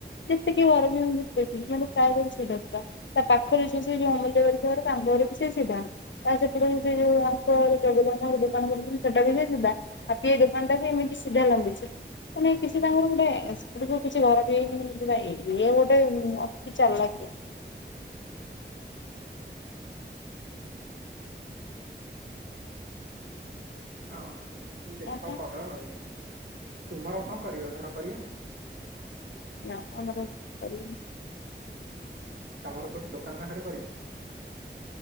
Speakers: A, on the left; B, on the right.
A: ଯେତିକି ଘର ମୁଁ ଦେଖିଲି କିନ୍ତୁ ପ୍ରାୟ ସବୁ ସିଧା ସିଧା। ତା ପାଖରେ ଯୋଉ ସିଏ ଯୋଉ ଅମୁଲ୍ୟ ବାରିକ ଘର ତାଙ୍କ ଘର ବି ସେଇ ସିଧା। ତାଙ୍କ ସେପଟେ ସେ ଯଉ <unintelligible> ସେଟା ବି ସେଇ ସିଧା। ହାପି ଭାଇ ଦୋକାନ ଟା ବି ଏମିତି ସିଧା ଲମ୍ବିଛି। ମାନେ କିଛି ତାଙ୍କର ଗୋଟେ <unintelligible> କିଛି ଘର ବି ହେଇନି ଇଏ ଗୋଟେ କି ଚାଲାକିଆ।
B: ହଁ, ଦେଖ
A: ଓହୋ
B: କର ଆଉ। ତୁମର କଣ କରିବ ଘର କରିବନି?
A: ନା ଆମର <unintelligible>
B: ତମର କୋଉଠି ଦୋକାନ ପାଖରେ କରିବ?